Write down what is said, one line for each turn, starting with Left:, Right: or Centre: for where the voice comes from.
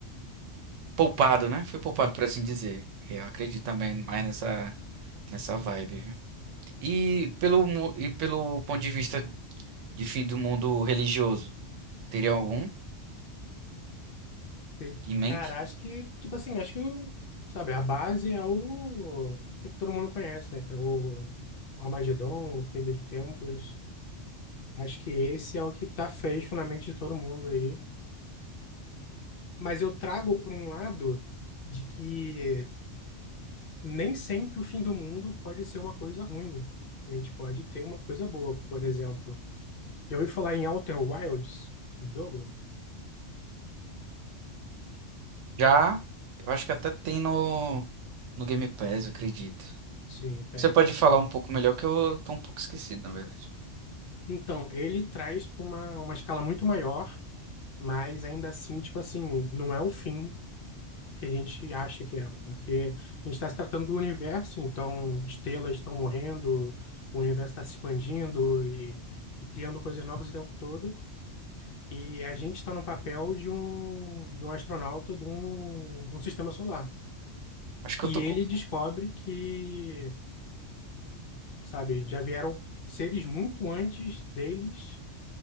Right: poupado, né? Foi poupado, por assim dizer. Eu acredito também mais nessa. Nessa vibe, viu? E pelo, mu- e pelo ponto de vista de fim do mundo religioso, teria algum
Left: de-
Right: em mente?
Left: Cara, acho que, tipo assim, acho que, sabe, a base é o que todo mundo conhece, né? Que é o, o Armagedon, o fim dos tempos. Acho que esse é o que tá fecho na mente de todo mundo aí. Mas eu trago por um lado de que. nem sempre o fim do mundo pode ser uma coisa ruim. A gente pode ter uma coisa boa, por exemplo. Já ouvi falar em Outer Wilds, um jogo?
Right: Já, eu acho que até tem no, no Game Pass, eu acredito.
Left: Sim, tem.
Right: Você pode falar um pouco melhor, que eu tô um pouco esquecido, na verdade.
Left: Então, ele traz para uma, uma escala muito maior, mas ainda assim, tipo assim, não é o fim que a gente acha que é, porque a gente está se tratando do universo, então estrelas estão morrendo, o universo está se expandindo e, e criando coisas novas o tempo todo. E a gente está no papel de um, de um astronauta de um, de um sistema solar.
Right: Acho que
Left: E
Right: eu tô.
Left: ele
Right: com-
Left: descobre que, sabe, já vieram seres muito antes deles